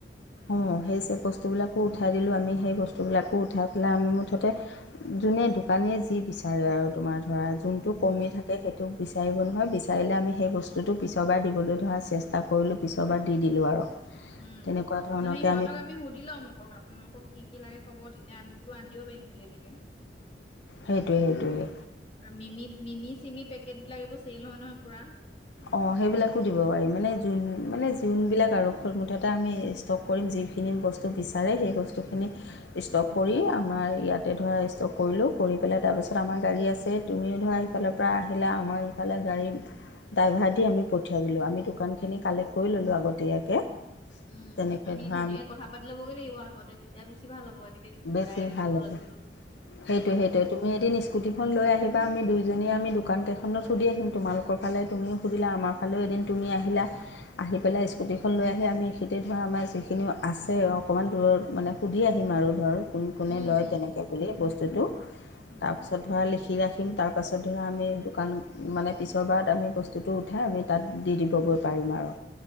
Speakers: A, on the left; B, on the left.
A: অঁ সেই চ বস্তুবিলাকো উঠাই দিলোঁ আমি সেই বস্তুবিলাকো উঠাই পেলাই আমি মুঠতে যোনে দোকানীয়ে যি বিচাৰে আৰু তোমাৰ ধৰা যোনতটো
B: উম।
A: কমি থাকে সেইটোোক বিচাৰিব নহয় বিচাৰে। চাৰিলে আমি সেই বস্তুটো পিছৰবাৰ দিবলৈ ধৰা চেষ্টা কৰিলোঁ পিছৰবাৰ দি দিলোঁ আৰু
B: উম
A: তেনেকুৱা ধৰণৰকৈ
B: নহয় সিহঁতক আমি সুধি লম আকক আপোনালোকক কি কি লাগে। ক'ব তেতিয়া আম বো আনধিব পাৰিম বুলি এনেকে।
A: সেইটোৱে সেইটোয়ে।
B: আৰু মিমি মিমি চিমি পেকেট বিলাক এইবোৰ চেল হয় নহয় পুৰা।
A: অ সেইবিলাকো দিব পাৰি মানে যোন মানে যোনবিলাক আৰু মুঠটা আমি ষ্টক কৰিম। যিখিনি বস্তু বিচাৰে সেই বস্তু খিনি ষ্টক কৰি আমাৰ ইয়াতে ধৰা ষ্টক কৰিলোঁ। কৰি পেলাই তাৰপিছত আমাৰ গাড়ী আছে তুমিও ধৰা ইফালৰ পৰা আহিলা আমাৰ ইফালে গাড়ী। ড্ৰাইভাৰ দি আমি পঠিয়াই দিলোঁ আমি দোকানখিনি কালেক্ট কৰি ল'লোঁ আগতীয়াকৈ
B: উম
A: তেনেকৈ
B: আমি
A: ধৰা
B: ধুনীয়াকে কথা পাতি ল'বগৈ লাগিব আগতে তেতিয়া বেছি ভাল হ'ব। এনেকে
A: বেছি
B: ডাইৰেক্ট
A: ভাল
B: দিব
A: হ'ব
B: যোৱাতকৈতো
A: সেইটোে
B: মানে
A: সেইটোে তুমি এদিন স্কুটিখন লৈ আহিবা আমি দুই দুজনীয়ে আমি দোকান কেইখনত সুধি আহিম তোমালোকৰ ফালে তুমিও সুধিলা আমাৰ ফালেও এদিন তুমি আহিলা আহি পেলাই স্কুটিখন লৈ আহি আমি খতি ধৰা আমাৰ যিখিনিও আছে অকণমান দূৰত মানে সুধি আহিম আৰু। ধৰ কোন কোন
B: উম
A: লয়
B: উম
A: তেনেকে
B: উম
A: বুলি বস্তুটো
B: উম
A: তাৰ পাছত ধৰা লিখি ৰাখিম তাৰ পাছৰ তাৰপছত ধৰা আমি দোকান মানে পিছৰবাৰত আমি বস্তুটো উঠাই আমি তাত দি দিবগৈ পাৰিম আৰু